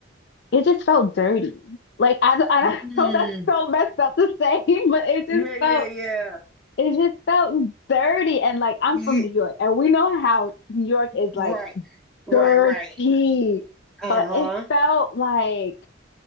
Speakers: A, on the left; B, in the centre.
A: it just felt dirty. Like I, I
B: mm,
A: <laughs> know that's so messed up to say, <laughs> but it
B: yeah,
A: just
B: yeah,
A: felt
B: yeah.
A: it just felt dirty. And like I'm
B: Ye-
A: from New York, and we know how New York is
B: right,
A: like
B: right,
A: dirty,
B: right. Uh-huh.
A: but it felt like